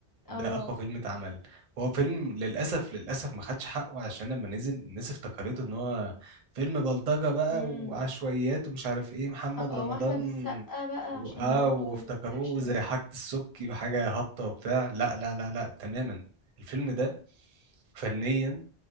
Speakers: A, on the right; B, on the left.
A: ده
B: آه.
A: اقوى فيلم اتعمل هو فيلم للاسف للاسف ما خدش حقه عشان لما نزل الناس افتكرته ان هو فيلم بلطجة بقى
B: إمم.
A: وعشوائيات ومش عارف ايه محمد
B: آه،
A: رمضان
B: وأحمد السقا بقى
A: و...
B: عشان
A: اه
B: برضه
A: وافتكروه
B: أكشن
A: زي
B: وكده.
A: حاجة السبكي وحاجة هابطة وبتاع لا لا لا لا تماما الفيلم ده فنيا